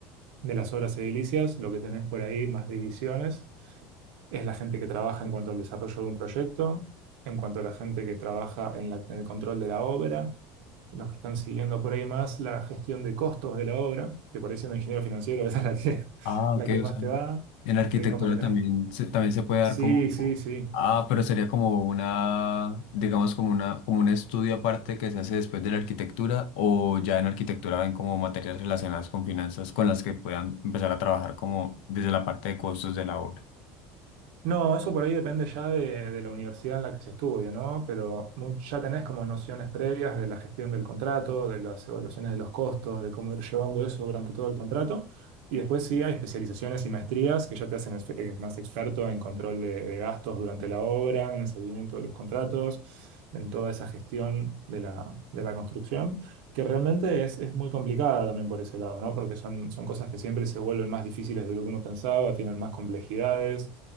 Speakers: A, on the right; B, on the left.
A: de las obras edilicias, lo que tenés por ahí, más divisiones es la gente que trabaja en cuanto al desarrollo de un proyecto, en cuanto a la gente que trabaja en, la- en el control de la obra, los que están siguiendo por ahí más la gestión de costos de la obra, que por ahí siendo ingeniero financiero, <laughs> esa es la que,
B: Ah,
A: la
B: ok,
A: que más
B: o sea,
A: te va.
B: en arquitectura
A: Eh, como que tenés.
B: también se, también se puede dar
A: Sí,
B: como,
A: sí, sí.
B: ah, pero sería como una, digamos, como una, como un estudio aparte que se hace después de la arquitectura, o ya en arquitectura ven como materias relacionadas con finanzas con las que puedan empezar a trabajar como desde la parte de costos de la obra.
A: No, eso por ahí depende ya de, de la universidad en la que se estudie, ¿no? Pero mu- ya tenés como nociones previas de la gestión del contrato, de las evaluaciones de los costos, de cómo ir llevando eso durante todo el contrato. Y después sí hay especializaciones y maestrías que ya te hacen ex- eh, más experto en control de, de gastos durante la obra, en el seguimiento de los contratos, en toda esa gestión de la, de la construcción. Que realmente es, es muy complicada también por ese lado, ¿no? Porque son, son cosas que siempre se vuelven más difíciles de lo que uno pensaba, tienen más complejidades.